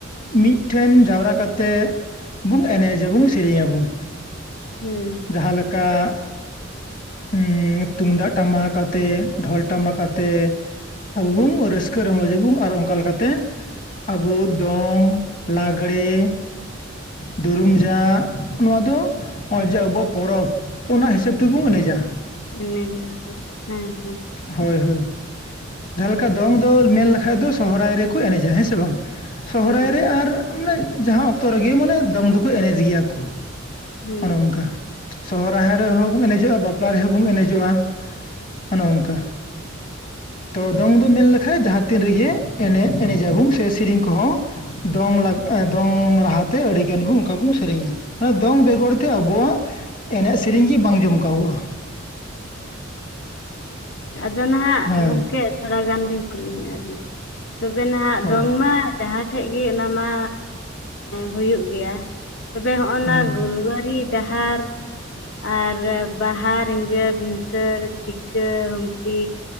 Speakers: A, on the left; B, on the left.
A: ᱢᱤᱫ ᱴᱷᱮᱱ ᱡᱟᱣᱨᱟ ᱠᱟᱛᱮᱜ ᱵᱩᱝ ᱮᱱᱮᱡᱟ ᱵᱩᱝ ᱥᱮᱨᱮᱧᱟ ᱵᱩᱝ᱾
B: ᱦᱩᱸ᱾
A: ᱡᱟᱦᱟᱸ ᱞᱮᱠᱟ᱾ ᱩᱸ ᱛᱩᱢᱫᱟᱜ ᱴᱟᱢᱟᱠ ᱟᱛᱮᱜ ᱰᱷᱚᱞ ᱴᱟᱢᱟᱠ ᱟᱛᱮᱜ᱾ ᱟᱵᱩ ᱵᱩᱝ ᱨᱟᱹᱥᱠᱟᱹ ᱨᱚᱢᱚᱡᱟ ᱵᱩᱝ ᱟᱨ ᱚᱱᱠᱟ ᱞᱮᱠᱟᱛᱼᱼ ᱛᱮ ᱟᱵᱩ ᱫᱚᱝ ᱞᱟᱜᱽᱲᱮ᱾ ᱫᱩᱨᱩᱢ ᱡᱟᱜ ᱱᱚᱶᱟ ᱫᱚ ᱱᱚᱜᱼᱚᱸᱭ ᱡᱮ ᱟᱵᱚᱣᱟᱜ ᱯᱚᱨᱚᱵᱽ ᱚᱱᱟ ᱦᱤᱥᱟᱹᱵ ᱛᱤᱵᱩᱝ ᱮᱱᱮᱡᱟ᱾
B: ᱮᱱᱮᱡᱚᱜ-ᱟ ᱦᱮ, ᱦᱮᱸ ᱦᱮᱸ᱾
A: ᱦᱚᱭ ᱦᱚᱭ ᱡᱟᱦᱟᱸ ᱞᱮᱠᱟ ᱫᱚᱝ ᱫᱚ ᱢᱮᱱ ᱞᱮᱠᱷᱟᱡ ᱫᱚ ᱥᱚᱦᱨᱟᱭ ᱨᱮᱼᱼ ᱠᱚ ᱮᱱᱮᱡᱟ ᱦᱮᱸ ᱥᱮ ᱵᱟᱝ ᱥᱚᱦᱨᱟᱭ
B: ᱦᱮᱸ
A: ᱨᱮ ᱟᱨ ᱢᱟᱱᱮ ᱡᱟᱦᱟᱸ ᱚᱠᱛᱚ ᱨᱮᱜᱮ ᱢᱟᱱᱮ ᱫᱚᱝ ᱫᱚᱠᱚ ᱮᱱᱮᱡ ᱜᱮᱭᱟ ᱠᱚ
B: ᱦᱮᱸ
A: ᱚᱱᱮ ᱚᱱᱠᱟ ᱥᱚᱦᱚ ᱨᱟᱦᱟᱭ ᱨᱮᱦᱚᱸ ᱵᱚᱱ ᱮᱱᱮᱡᱚᱜᱼᱟ ᱵᱟᱯᱞᱟ ᱨᱮᱦᱚᱸ ᱵᱚᱱ ᱮᱱᱮᱡᱚᱜᱼᱟ ᱚᱱᱮ ᱚᱱᱠᱟ ᱛᱚ
B: ᱦᱮᱸ
A: ᱫᱚᱝ ᱫᱚ ᱢᱮᱱ ᱞᱮᱠᱷᱟᱱ ᱡᱟᱦᱟᱸ ᱛᱤᱱ ᱨᱮᱜᱮ ᱮᱱᱮᱡ ᱮᱱᱮᱡ ᱟᱵᱚᱱ ᱥᱮ ᱥᱮᱨᱮᱧ ᱠᱚᱦᱚᱸ ᱫᱚᱝ <unintelligible> ᱫᱚᱝ ᱨᱟᱦᱟᱛᱮ ᱟᱹᱰᱤᱜᱟᱱ ᱵᱚᱱ ᱚᱱᱠᱟ ᱵᱚᱱ ᱥᱮᱨᱮᱧᱟ ᱚᱱᱟ ᱫᱚᱝ ᱵᱮᱜᱚᱨ ᱛᱮ ᱟᱵᱚᱣᱟᱜ ᱮᱱᱮᱡ ᱥᱮᱨᱮᱧ ᱜᱮ ᱵᱟᱝ ᱡᱚᱢᱠᱟᱜᱼᱟ
B: ᱟᱫᱚ ᱱᱟᱦᱟᱸᱜ
A: ᱦᱮᱸ
B: ᱜᱚᱢᱠᱮ ᱛᱷᱚᱲᱟ ᱜᱟᱱ ᱞᱤᱧ ᱠᱩᱞᱤ ᱧᱚᱜ ᱮᱜ ᱵᱤᱱ ᱛᱚᱵᱮ ᱱᱟᱦᱟᱜ
A: ᱦᱳᱭ
B: ᱫᱚᱝ ᱢᱟ ᱡᱟᱦᱟᱸ ᱴᱷᱮᱡ ᱜᱮ ᱚᱱᱟ ᱢᱟ ᱦᱩᱭᱩᱜ ᱜᱮᱭᱟ ᱛᱚᱵᱮ ᱦᱚᱜᱼᱚ
A: ᱦᱮᱸ
B: ᱱᱟ
A: ᱦᱮᱸ
B: ᱜᱩᱞᱣᱟᱹᱨᱤ ᱰᱟᱦᱟᱨ ᱟᱨ ᱵᱟᱦᱟ ᱨᱤᱸᱡᱟᱸ ᱵᱷᱤᱱᱥ <unintelligible> ᱴᱷᱤᱠᱟᱹ ᱦᱛᱢᱯᱤ